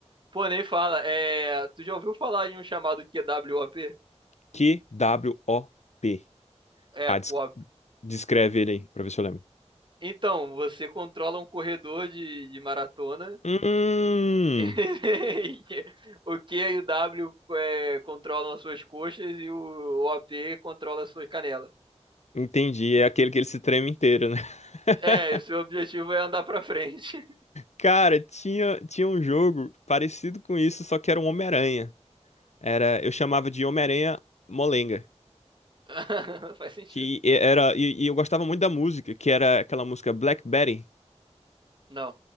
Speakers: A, on the right; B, on the left.
A: Pô, nem fala. É, tu já ouviu falar em um chamado QWOP?
B: Q W O P
A: É,
B: Ah,
A: QOP.
B: des- descreve ele aí, pra ver se eu lembro.
A: Então, você controla um corredor de, de maratona.
B: Hum,
A: <laughs> O Q e o W é, controlam as suas coxas e o OP controla as suas canelas.
B: entendi. É aquele que ele se treme inteiro, né? <laughs>
A: É, e o seu objetivo é andar pra frente.
B: Cara, tinha, tinha um jogo parecido com isso, só que era um Homem-Aranha. Era, eu chamava de Homem-Aranha Molenga,
A: <laughs> Faz sentido.
B: que e- era e, e eu gostava muito da música, que era aquela música Black Betty.
A: Não,